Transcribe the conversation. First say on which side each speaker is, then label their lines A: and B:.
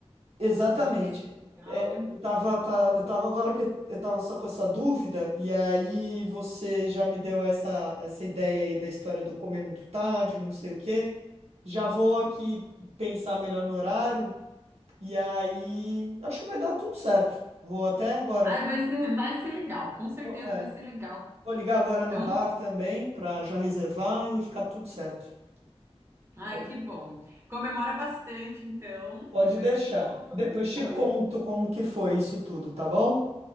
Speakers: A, on the right; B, on the right.
A: exatamente.
B: Acho que vai ser legal.
A: É, eu tava, tá- eu tava agora que eu tava só com essa dúvida, e aí você já me deu essa, essa ideia aí da história do comer muito tarde, não sei o quê. Já vou aqui pensar melhor no horário. E aí, acho que vai dar tudo certo. Vou até agora.
B: Ai, vai ser, vai ser legal, com certeza
A: Vou, é,
B: vai ser legal.
A: vou ligar agora no
B: Então,
A: bar
B: co-
A: também para já reservar e ficar tudo certo.
B: ai,
A: Aí
B: que bom. Comemora bastante, então.
A: pode
B: Depois
A: deixar.
B: você me conta como
A: Depois
B: que
A: te
B: foi.
A: conto como que foi isso tudo,
B: Sim,
A: tá bom?